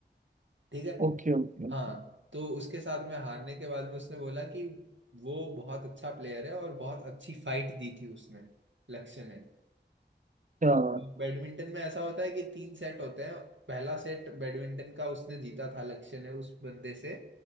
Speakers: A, on the right; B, on the right.
A: ठीक है
B: Okay okay okay
A: हाँ तो उसके साथ में हारने के बाद में उसने बोला कि वो बहुत अच्छा प्लेयर है और बहुत अच्छी फाइट दी थी उसने लक्ष्य ने
B: क्या बात।
A: बैडमिंटन में ऐसा होता है कि तीन सेट होते हैं पहला सेट बैडमिंटन का उसने जीता था लक्ष्य ने उस बंदे से